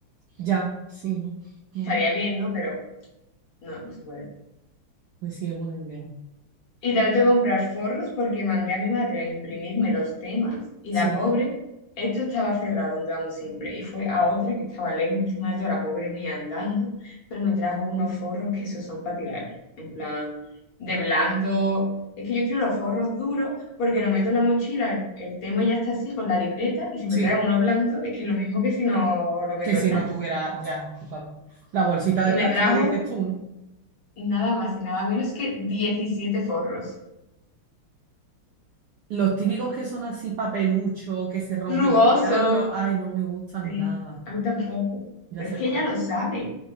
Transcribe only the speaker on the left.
Estaría bien, ¿no? Pero no, no se puede.
Y también tengo que comprar forros porque mandé a mi madre a imprimirme los temas y
la pobre, esto estaba cerrado donde vamos siempre y fue a otra que estaba lejos encima de toda la pobre mía andando, pero me trajo unos forros que esos son para tirarlos, en plan de blando. Es que yo quiero los forros duros porque lo meto en la mochila, el, el tema ya está así con la libreta y si
me trae uno blando es que es lo mismo que si no lo meto
en nada.
Y
me
trajo
nada más y nada menos que diecisiete forros.
rugoso
Sí,
a mí tampoco.
Pero
es que
ella
lo sabe.